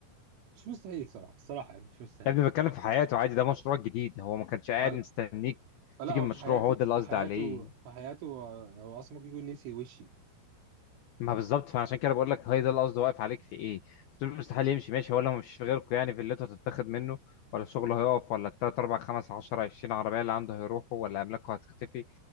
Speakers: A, on the right; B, on the left.
A: مش مستحيل صراحة الصراحة يعني مش مستحيل
B: يا ابني بتكلم في حياته عادي ده مشروع جديد هو ما كانش قاعد
A: آه، لا
B: مستنيك
A: لا،
B: تيجي
A: هو
B: المشروع
A: في حياته
B: هو ده اللي
A: في
B: قصدي
A: حياته
B: عليه
A: في حياته آه، هو اصلا ممكن يكون نسي وشي
B: ما بالظبط فعشان كده بقول لك هي ده القصد واقف عليك في ايه بتقول مستحيل يمشي ماشي هو لو مش في غيركم يعني في اللي انتوا هتتاخد منه ولا شغله هيقف ولا التلات اربع خمس عشرة عشرين عربية اللي عنده هيروحوا ولا املاكه هتختفي